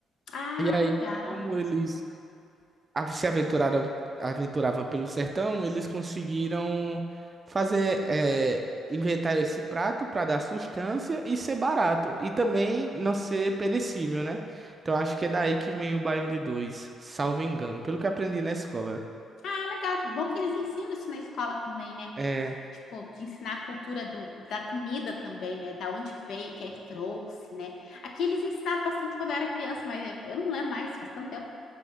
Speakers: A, on the left (about 65°); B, on the right (about 30°).
A: Ah,
B: E aí,
A: legal,
B: como
A: legal.
B: eles a- se aventuraram, aventuravam pelo sertão, eles conseguiram fazer, eh, inventar esse prato para dar sustância e ser barato, e também não ser perecível, né? Então acho que é daí que vem o baião de dois, salvo engano, pelo que aprendi na escola.
A: Ah, legal. Bom que eles ensinam isso na escola também, né?
B: É.
A: Tipo, de ensinar a cultura do, da comida também, né? Da onde que veio, quem é que trouxe, né? Aqui eles ensinavam bastante quando eu era criança, mas eu não lembro mais, faz tanto tempo.